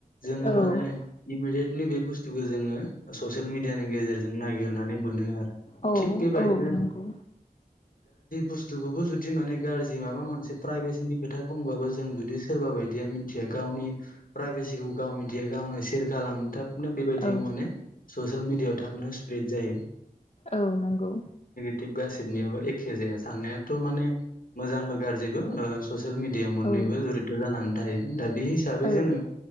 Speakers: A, on the left; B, on the left.
A: जोङो
B: औ
A: मानो उयेक्लि बे बुस्थुखौ जोङो ससियेल मिडियानि गेजेरजों नागिरनानै मोनो आरो
B: औ
A: थिग बेबायदिनो
B: औ नंगौ
A: बुस्थुखौबो जुदि माने गाज्रि माबा मोनसे प्राइभेसिनि खोथा बुंबाब जों जुदि सोरबा बायदिया गावनि फ्राइबेसिखौ गाव मिथियों गावनो सेर गालां थाबनो बेबायदियाव
B: औ
A: माने ससियेल मिडियायाव थाबनो स्प्रेड जायो।
B: औ नंगौ।
A: बा गासिबनियबो एखे जाया साननायाथ' माने मोजांबो गाज्रिबो ससियेल मिडियाआव मोननैबो
B: औ
A: जुरिदत' जानानै थायो । दा बे हिसाबै
B: औ
A: जोङो